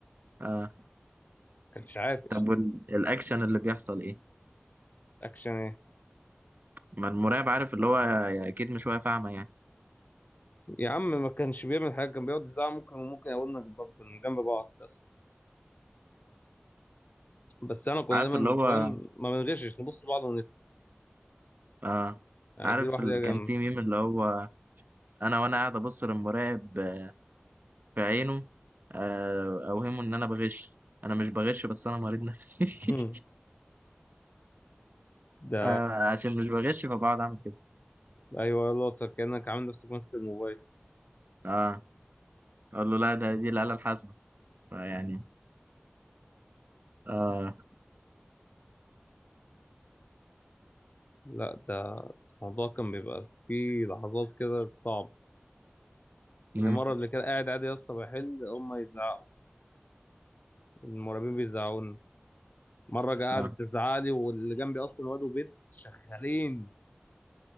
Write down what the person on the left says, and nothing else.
كانش عاطش
اكشن ايه
يا عم ما كانش بيعمل حاجه كان بيقعد يزعق ممكن وممكن يقولنا جنب جنب بعض بس بس انا كنا
دايما
فاهم ما بنغشش نبص لبعض
دي لوحدها
جامدة
مم. ده
أيوة يلا طب كأنك عامل نفسك ماسك الموبايل
لا ده الموضوع كان بيبقى فيه لحظات كده صعب
زي مرة اللي كان قاعد عادي يا اسطى بحل هما يزعقوا المراقبين بيزعقوني مرة جا-
قعدت تزعق لي واللي جنبي أصلا واد وبنت شغالين